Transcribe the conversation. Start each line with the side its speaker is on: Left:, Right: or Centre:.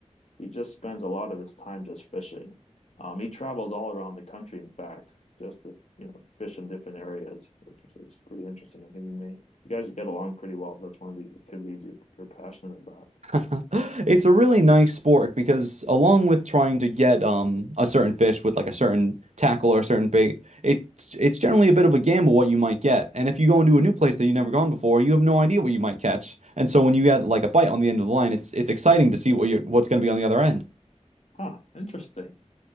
Left: he just spends a lot of his time just fishing. Um, he travels all around the country, in fact, just to, you know, fish in different areas, which is it's pretty interesting. I think you may you guys get along pretty well if that's one of the activities you're you're passionate about.
Right: <laughs> It's a really nice sport because along with trying to get um a certain fish with like a certain tackle or a certain bait, it's it's generally a bit of a gamble what you might get. And if you go into a new place that you've never gone before, you have no idea what you might catch. And so when you get like a bite on the end of the line, it's it's exciting to see what you what's going to be on the other end.
Left: Huh, interesting.